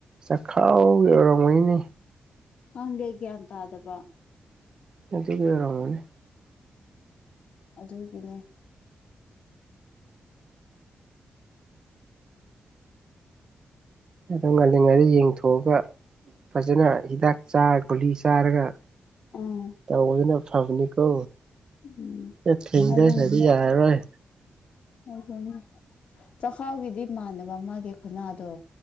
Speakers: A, on the right; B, on the left.
A: ꯆꯥꯛꯈꯥꯎꯒꯦ ꯑꯣꯏꯔꯝꯉꯩꯅꯦ
B: ꯈꯪꯗꯦ ꯒ꯭ꯌꯥꯟ ꯇꯥꯗꯕ
A: ꯑꯗꯨꯒꯤ ꯑꯣꯏꯔꯝꯅꯤ
B: ꯑꯗꯨꯒꯤꯅꯦ
A: ꯑꯗꯨ ꯉꯥꯜꯂꯤꯉꯩꯗ ꯌꯦꯡꯊꯣꯛꯑꯒ ꯐꯖꯅ ꯍꯤꯗꯥꯛ ꯆꯥꯔ ꯒꯨꯂꯤ ꯆꯥꯔꯒ
B: ꯎꯝ
A: ꯇꯧꯕꯁꯤꯅ ꯐꯕꯅꯤꯀꯣ
B: ꯎꯝ
A: ꯑꯦ ꯊꯦꯡꯖꯤꯜꯂꯗꯤ
B: ꯑꯗꯨꯅꯦ
A: ꯍꯥꯏꯗꯤ ꯌꯥꯔꯔꯣꯏ
B: ꯑꯗꯨꯅꯦ ꯆꯈꯥꯎꯒꯤꯗꯤ ꯃꯥꯟꯗꯕ ꯃꯥꯒꯤ ꯈꯨꯟꯅꯥꯗꯣ